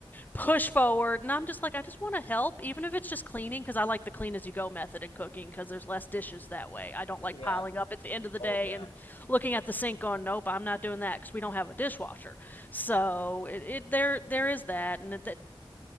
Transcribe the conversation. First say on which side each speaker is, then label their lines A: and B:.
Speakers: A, on the left; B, on the left.
A: push forward. And I'm just like, I just want to help, even if it's just cleaning, because I like the clean as you go method in cooking, because there's less dishes that way. I don't like
B: Yeah.
A: piling up at the end of the day
B: Oh yeah.
A: and looking at the sink going, nope, I'm not doing that because we don't have a dishwasher. So it, it there there is that, and that